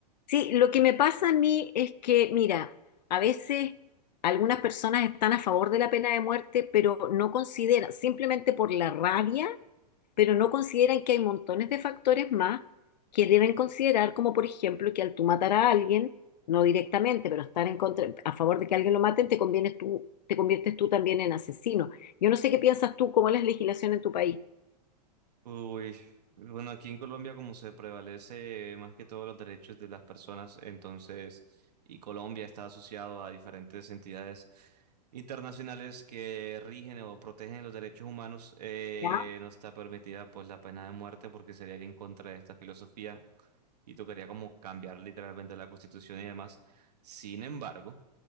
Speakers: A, on the left; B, on the right.
A: Sí, lo que me pasa a mí es que, mira, a veces algunas personas están a favor de la pena de muerte, pero no consideran, simplemente por la rabia, pero no consideran que hay montones de factores más que deben considerar, como por ejemplo que al tú matar a alguien, no directamente, pero estar en contra, a favor de que alguien lo maten, te convienes tú, te conviertes tú también en asesino. Yo no sé qué piensas tú, cómo es la legislación en tu país.
B: Uy, bueno, aquí en Colombia como se prevalece más que todo los derechos de las personas, entonces, y Colombia está asociado a diferentes entidades internacionales que rigen o protegen los derechos humanos, eh,
A: ¿Ya?
B: no está permitida pues la pena de muerte porque sería ir en contra de esta filosofía y tocaría como cambiar literalmente la constitución y demás. Sin embargo,